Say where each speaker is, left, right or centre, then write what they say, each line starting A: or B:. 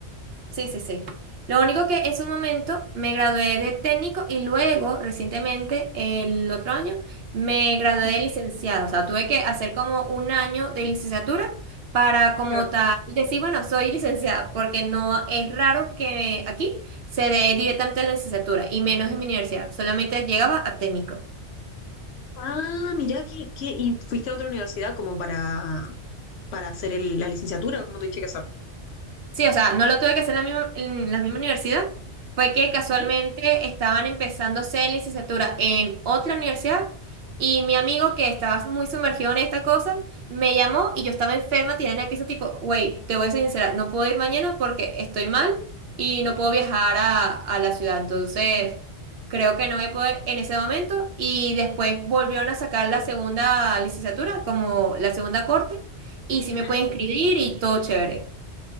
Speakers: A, on the right; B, on the left.
A: Sí, sí, sí. Lo único que en su momento me gradué de técnico y luego, recientemente, el otro año, me gradué
B: Mm,
A: de licenciado. O sea, tuve que hacer como un año de licenciatura para como
B: Claro.
A: tal decir, bueno, soy licenciada, porque no es raro que aquí se dé directamente la licenciatura y menos en mi universidad. Solamente llegaba a técnico.
B: Ah, mirá que, que- y fuiste a otra universidad como para, para hacer el- la licenciatura, como tuviste que hacer.
A: Sí, o sea, no lo tuve que hacer en la misma, en la misma universidad. Fue que casualmente
B: Ujú,
A: estaban empezando a hacer licenciatura en otra universidad y mi amigo que estaba muy sumergido en esta cosa me llamó y yo estaba enferma, tirada en el piso tipo, wey, te voy a ser sincera, no puedo ir mañana porque estoy mal y no puedo viajar a, a la ciudad. Entonces, creo que no voy a poder en ese momento y después volvieron a sacar la segunda licenciatura como la segunda corte y sí
B: ujú.
A: me pueden inscribir y todo chévere.